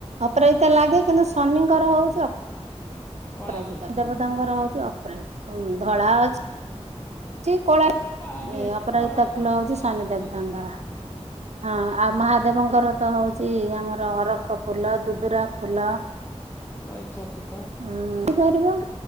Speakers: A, on the right; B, on the left.
A: ଅପରାଜିତା ଲାଗେ କିନ୍ତୁ ଶନିଙ୍କର ହଉଛି ଅପରାଜିତା
B: କଳା ଫୁଲ ହଁ
A: ଦେବତାଙ୍କର ହଉଛି ଅ ପ୍ରା ଉଁ ଧଳା ଅଛି କଳା।
B: କଳା ବି
A: ଏଇ
B: ଅଛି
A: ଅପରାଜିତା
B: କଳା ଟା
A: ଫୁଲ
B: ତାଙ୍କୁ
A: ହଉଚି
B: ସବୁ
A: ଶନି
B: ପସନ୍ଦ
A: ଦେବତାଙ୍କର।
B: କଳା ହଁ।
A: ହଁ ଆଉ ମହାଦେବଙ୍କର ତ ହଉଛି ଆମର ଅରଖ ଫୁଲ, ଦୁଦୁରା ଫୁଲ।
B: ଗଇଛ ଫୁଲ।
A: ଉଁ ହେଇପାରିବ।